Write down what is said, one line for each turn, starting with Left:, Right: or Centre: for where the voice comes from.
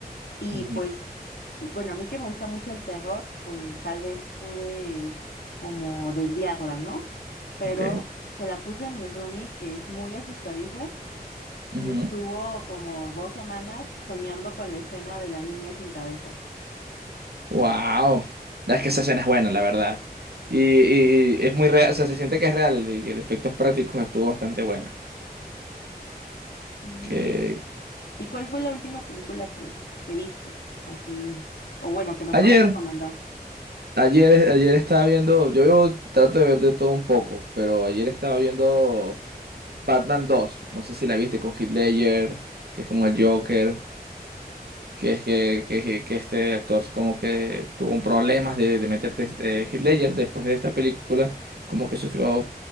Left: Y
Right: Ujú,
Left: pues, bueno, a mí que me gusta mucho el terror, pues tal vez pude como desviarla, ¿no? Pero
Right: Ok.
Left: se la puse a mi roomie, que es muy asustadiza, y
Right: ujú.
Left: estuvo como dos semanas soñando con la escena de la niña sin cabeza.
Right: Wow. Es que esa escena es buena, la verdad. Y, y es muy real, o sea, se siente que es real, el, el efectos prácticos estuvo bastante buena.
Left: Sí.
Right: Que
Left: ¿Y cuál fue la última película que, que viste? Así, o bueno, que me
Right: ayer.
Left: puedas recomendar.
Right: Ayer, ayer estaba viendo, yo veo- trato de ver de todo un poco, pero ayer estaba viendo Batman dos no sé si la viste con Heath Ledger, que es como el Joker, que es que, que, que- que este actor como que tuvo un problemas de, de meterte este, Heath Ledger después de esta película, como que sufrió